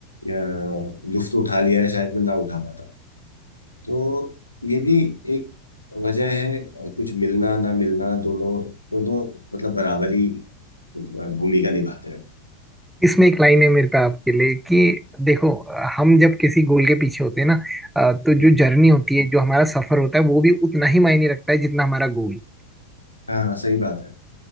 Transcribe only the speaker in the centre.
इसमें एक लाइन है मेरे पे आपके लिए कि देखो हम जब किसी गोल के पीछे होते हैं ना अ, तो
जो जर्नी होती है जो हमारा सफर होता है वो भी उतना ही मायने रखता है जितना हमारा गोल